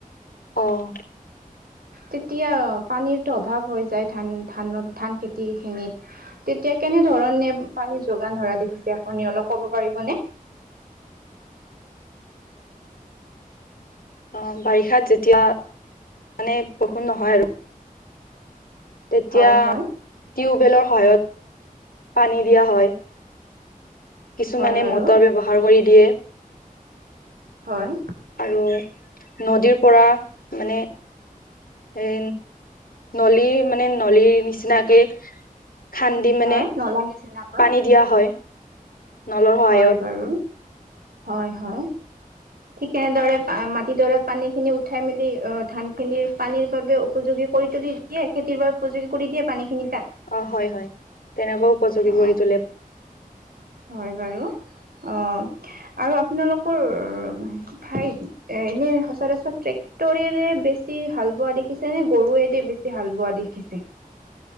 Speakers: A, on the left (about 80°); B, on the right (about 85°).
A: অ'।
B: তেতিয়া পানীৰতো অভাৱ হৈ যায় ধান-ধানত-ধান খেতি খিনিত তেতিয়া এতিয়া কেনে ধৰণে পানী যোগান ধৰা দেখিছে আপুনি অলপ ক'ব পাৰিবনে?
A: অহ বাৰিষাত যেতিয়া মানে বষুন নহয় আৰু। তেতিয়া
B: হয়
A: টিউবৱেলৰ
B: হয়
A: সহায়ত পানী দিয়া হয়। কিছুমানে
B: হয় বাৰু
A: মটৰ ব্যৱহাৰ কৰি দিয়ে।
B: হয়
A: আৰু নদীৰ পৰা মানে এ নলি মানে নলীৰ নিচিনাকে খান্দি মানে
B: হয় নলা নিচিনাকৈ
A: পানী দিয়া হয়। নলৰ সহায়ত
B: হয় বাৰু, হয় হয়। ঠিক তেনেদৰে মাটিডৰাত পানী খিনি উঠাই মেলি অ ধান খিনিৰ পানীৰ বাবে উপযোগী কৰি দিয়ে খেতিৰ বাবে উপযোগী কৰি দিয়ে পানীখিনি।
A: অ' হয় হয় তেনেকুৱাও উপযোগী
B: অ
A: কৰি তোলে।
B: হয় বাৰু। অ' আৰু আপোনালোকৰ ঠাইত এ এনে সচৰাচৰ ট্ৰেক তৰেৰে বেছি হাল বোৱা দেখিছে নে গৰুৱেদি বেছি হাল বোৱা দেখিছে?